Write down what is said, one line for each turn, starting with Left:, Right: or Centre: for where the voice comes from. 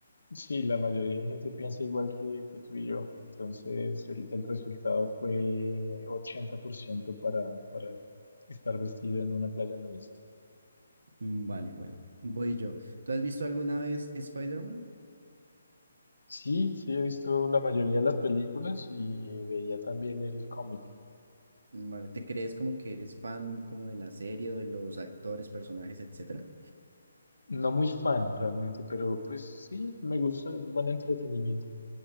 Left: Sí, la mayoría de gente piensa igual que, que tú y yo. Entonces, el, el resultado fue 80% para, para estar vestido en una playa nudista.
Right: Mm, Vale, bueno, voy yo. ¿Tú has visto alguna vez Spider-Man?
Left: Sí, sí, he visto la mayoría de las películas y veía también el cómic.
Right: Mm, Vale, ¿te crees como que eres fan como de la serie o de los actores, personajes, etcétera?
Left: No muy fan realmente, pero pues sí, me gusta, es buen entretenimiento.